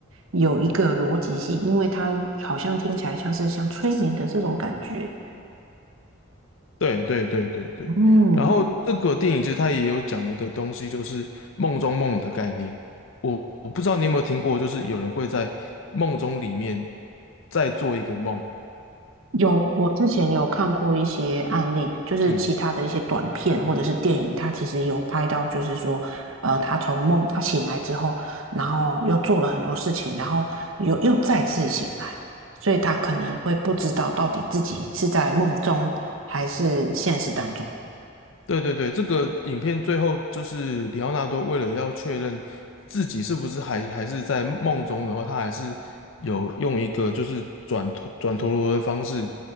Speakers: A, on the right (about 75°); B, on the left (about 65°).
A: 有一个逻辑性，因为它好像听起来像是像催眠的这种感觉。
B: 对对对对对，
A: 嗯，
B: 然后这个电影其实它也有讲一个东西，就是梦中梦的概念。我我不知道你有没有听过，就是有人会在梦中里面再做一个梦，
A: 有，我之前有看过一些案例，就是其他的一些短片或者是电影，
B: 嗯，
A: 它其实有拍到，就是说，呃，他从梦他醒来之后，然后又做了很多事情，然后又又再次醒来，所以他可能会不知道到底自己是在梦中还是现实当中。
B: 对对对，这个影片最后就是里奥纳多为了要确认自己是不是还还是在梦中的话，他还是有用一个就是转陀转陀螺的方式